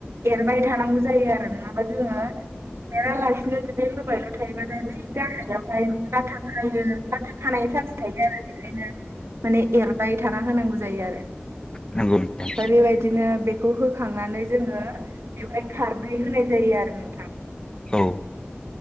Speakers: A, on the right; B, on the left.
A: एरबाय थानांगौ जायो यो आरो नङाबा जोंङो एरा लासिनो जुदि होबायल' थायोबाथाय बै गाहायावहाय लाथा खायो लाथा खानायनि सान्स थायो आरो बेखायनो माने एरबाय थाना होनांगौ जायो आरो।
B: नोंगौ <unintelligible>
A: ओरैबायदिनो बेखौ होखांनानै जोंङो बेवहाय खारदै होनाय जायो आरो नोंथां।
B: औ।